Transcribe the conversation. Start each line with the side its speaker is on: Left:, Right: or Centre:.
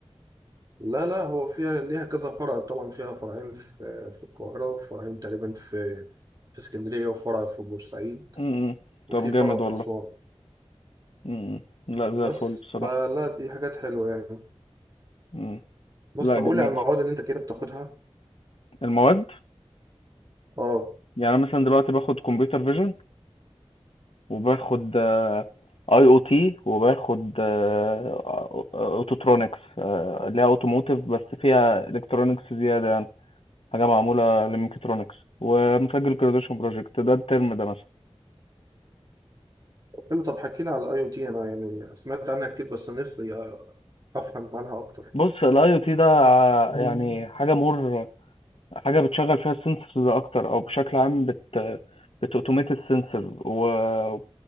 Right: لا لا هو فيها ليها كذا فرع طبعا فيها فرعين في في القاهرة وفرعين تقريبا في في اسكندرية وفرع في بورسعيد
Left: امم
Right: وفي
Left: طب جامد
Right: فرع في
Left: والله
Right: أسوان
Left: امم لا زي
Right: بس
Left: الفل بصراحه
Right: فلا دي حاجات حلوة يعني
Left: مم.
Right: بص
Left: لا
Right: طب
Left: جميل
Right: قولي على المواد اللي أنت كده بتاخدها
Left: المواد
Right: اه
Left: يعني أنا مثلا دلوقتي باخد كمبيوتر فيجن وباخد آه، اي او تي وباخد آه، آه، اوتوترونكس آه، اللي هي اوتوموتيف بس فيها الكترونكس زياده يعني حاجه معموله للميكاترونكس ومسجل جراديويشن بروجكت ده الترم ده مثلا
Right: حلو طب حكيلي على الأي أو تي أنا يعني سمعت عنها كتير بس نفسي أفهم عنها أكتر
Left: بص الاي او تي ده ع- يعني حاجه مور حاجه بتشغل فيها السنسورز اكتر او بشكل عام بت بتوتوميت السنسور